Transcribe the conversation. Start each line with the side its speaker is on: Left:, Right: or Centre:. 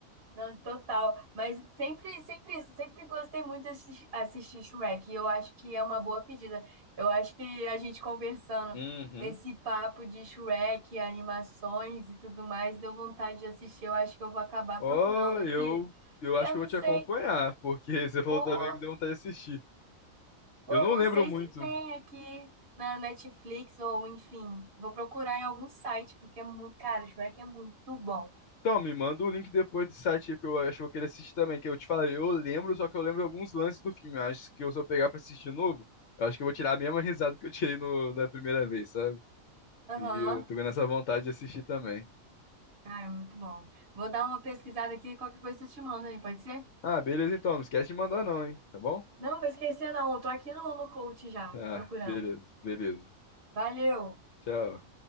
Right: Nossa, total. Mas sempre, sempre isso, sempre gostei muito de assis- assistir Shrek. E eu acho que é uma boa pedida. Eu acho que a gente conversando
Left: Uhum.
Right: nesse papo de Shrek, animações e tudo mais, deu vontade de assistir. Eu acho que eu vou acabar
Left: Ó,
Right: procurando aqui.
Left: eu, eu
Right: Eu
Left: acho que
Right: não
Left: eu vou te
Right: sei,
Left: acompanhar, porque <laughs> você falou
Right: ou,
Left: também, me deu vontade de assistir.
Right: pô,
Left: Eu
Right: eu
Left: não
Right: não
Left: lembro
Right: sei
Left: muito.
Right: se tem aqui na Netflix ou enfim, vou procurar em algum site, porque é muito, cara, Shrek é muito bom.
Left: Então, me manda o link depois do site aí, porque eu acho que eu vou querer assistir também. Que eu te falei, eu lembro, só que eu lembro alguns lances do filme. Eu Acho que eu, se eu pegar pra assistir de novo, eu acho que eu vou tirar a mesma risada que eu tirei no, da primeira vez, sabe?
Right: Aham.
Left: E eu tô ganhando essa vontade de assistir também.
Right: Cara, muito bom. Vou dar uma pesquisada aqui, e qualquer coisa eu te mando aí, pode ser?
Left: Ah, beleza então, não esquece de mandar não, hein? Tá bom?
Right: Não, vou esquecer não, tô aqui no, no coach já,
Left: Ah,
Right: procurando.
Left: beleza, beleza.
Right: Valeu!
Left: Tchau.